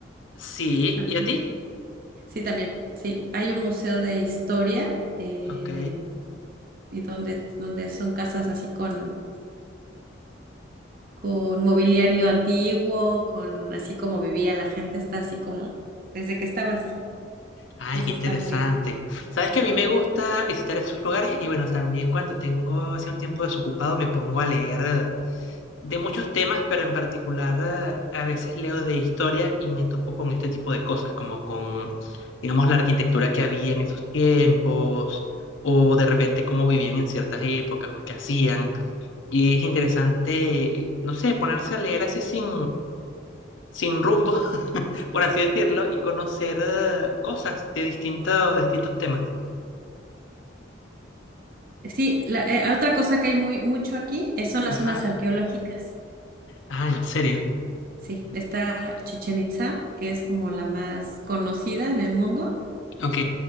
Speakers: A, on the left (about 80°); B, on the right (about 50°).
A: Sí,
B: Ajá.
A: ¿y a ti?
B: Sí, también, sí. Hay un museo de historia eh,
A: Ok.
B: de, y donde, donde son casas así con, con mobiliario antiguo, con así como vivía la gente, está así como desde que estaba así.
A: Ay,
B: Entonces
A: qué interesante.
B: está muy,
A: Sabes que a mí
B: sí.
A: me gusta visitar esos lugares y bueno, también cuando tengo así un tiempo desocupado me pongo a leer eh, de muchos temas, pero en particular eh, a veces leo de historia y me topo con este tipo de cosas, como con, digamos, la arquitectura que había en esos tiempos o de repente cómo vivían en ciertas épocas o qué hacían. Y es interesante, eh, no sé, ponerse a leer así sin, sin rumbo, <laughs> por así decirlo, y conocer eh, cosas de distintos, de distintos temas.
B: Sí, la, eh, otra cosa que hay muy mucho aquí es, son las
A: Ajá.
B: zonas arqueológicas.
A: Ah, en serio.
B: Sí, está Chichen Itza, que es como la más conocida en el mundo.
A: Ok.